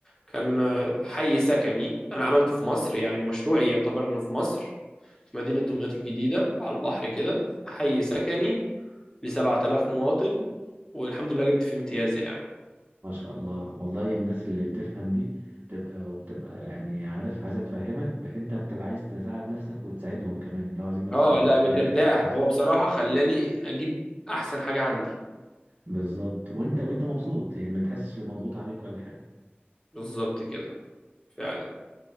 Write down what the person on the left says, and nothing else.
كان آه، حي سكني انا عملته في مصر يعني مشروعي يعتبر انه في مصر مدينة دمياط الجديدة على البحر كده حي سكني ل 7000 مواطن والحمد لله جبت فيه امتياز يعني
اه لا
بترتاح
هو بصراحة خلاني اجيب احسن حاجة عندي
بالظبط كده فعلا